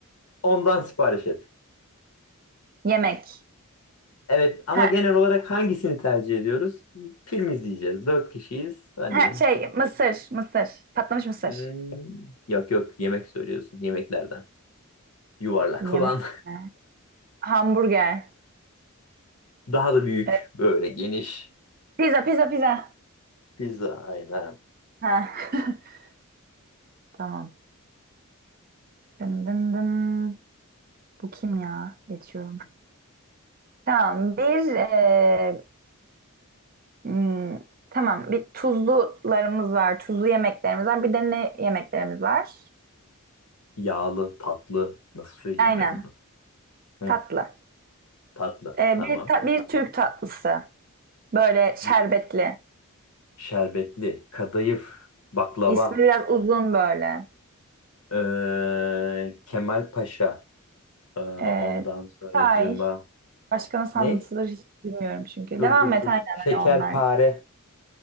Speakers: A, on the left; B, on the right.
A: Ondan sipariş et.
B: Yemek.
A: Evet ama
B: Ha,
A: genel olarak hangisini tercih ediyoruz? Film izleyeceğiz. Dört kişiyiz. Hani
B: ha, şey mısır. Mısır. Patlamış mısır.
A: hmm, yok yok yemek söylüyorsun. Yemeklerden. Yuvarlak
B: Yemek
A: olan.
B: mi? Hamburger.
A: <laughs> Daha da büyük.
B: Evet.
A: Böyle geniş.
B: Pizza pizza pizza.
A: Pizza aynen.
B: Ha. <laughs> Tamam. Dın dın dın. Bu kim ya? Geçiyorum. Tamam. Bir e, hmm, tamam. Bir tuzlularımız var. Tuzlu yemeklerimiz var. Bir de ne yemeklerimiz var?
A: Yağlı, tatlı. Nasıl söyleyeyim
B: Aynen
A: ben onu? Hı,
B: tatlı.
A: tatlı.
B: Ee,
A: Tamam.
B: bir, ta- bir Türk tatlısı. Böyle şerbetli.
A: Bir şerbetli. Kadayıf. Baklava.
B: İsmi biraz uzun böyle.
A: Ee, Kemal Paşa. Ee, ondan
B: Ee,
A: sonracığıma.
B: Tay. Başka nasıl
A: Ne?
B: anlatılır hiç bilmiyorum çünkü.
A: Dur
B: Devam
A: dur
B: et
A: dur.
B: aynen
A: Şekerpare.
B: hani onlar.